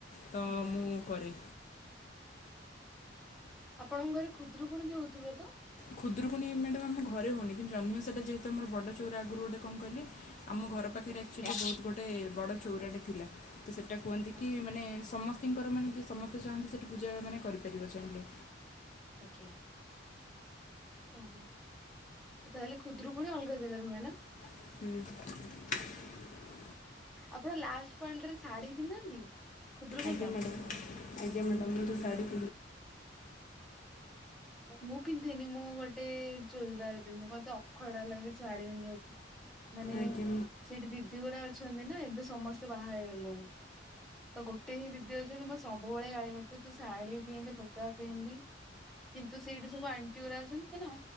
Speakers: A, on the left; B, in the centre.
A: ତ
B: ଆଗ୳୲।
A: ମୁଁ କରେ
B: ଆପଣଙ୍କ ଘରେ ଖୁଦରୁ କଣ ବି ହଉଥିବ ତ।
A: ଖୁଦୁରୁକୁଣି ମ୍ୟାଡ଼ମ୍ମ ଘରେ ହଉନି। କିନ୍ତୁ ଜହ୍ନି ଓସା ଟା ଯେହେତୁ ଆମର ବଡ଼ଚଉର ଆଗରୁ ଗୋଟେ କଣ କହିଲେ। ଆମ ଘର
B: ଆଜ୍ଞା
A: ପାଖରେ ଆକଚୁଆଲି ବହୁତ ବ ଟେ ବଡ଼ ଚଉରାଟେ ଥିଲା ତ ସେଟା କୁହନ୍ତି
B: ଆ-
A: କି ମାନେ ସମ ବ୍ୟତିଙ୍କରାନେ ଯିଏ ସମସ୍ତେ ଚାହାଁନ୍ତି ସେଇଠି ପୂଜା ମାନେ କରିପାରିବ ଚାହିଁଲେ।
B: ଆଜ୍ଞା ଓହୋ ତାହେଲେ ଖୁଦରୁ ପୁଣି ଅଲଗା ଜାଗାରେ ହୁଏ ନା।
A: ହୁଁ।
B: ଆପଣ ଲାଷ୍ଟ ପାରେ ଶାଢୀ ପିନ୍ଧନ୍ତି। ଖୁଦୁରୁକୁଣୀର?
A: ଆଜ୍ଞା ମ୍ୟାଡ଼ାମ୍ ଆଜ୍ଞା ମ୍ୟାଡ଼ାମ୍ ମୁଁ ତ ଶାଢୀ।
B: ମୁଁ ପିନ୍ଧେନି ମୁଁ ଗୋଟେ ଚୁଡିଦାର ପିନ୍ଧି ମତେ ଅଖଡା ଲାଗେ ଶାଢ଼ୀ ପିନ୍ଧିବାକୁ ମାନେ
A: ଆଜ୍ଞା
B: ସେଠି ଦିପ ଦିରା ଅ ଅଛନ୍ତି ନା ଏବେ ସମସ୍ତେ ବାହା ହେଇଗଲେଣି। ତ ଗୋଟେ ହିଁ ଦିଦି ଅଛନ୍ତି ନା ସେ ସବୁବେଳେ ଗାଇ ହଉଥିବ ତୁ ଶାଢୀ ପିନ୍ଧୁ ଲୁଗା ପିନ୍ଧି। କିନ୍ତୁ ସେଇଠି ସବୁ ଆଣ୍ଟି ଗୁଡା ଅଛନ୍ତି କ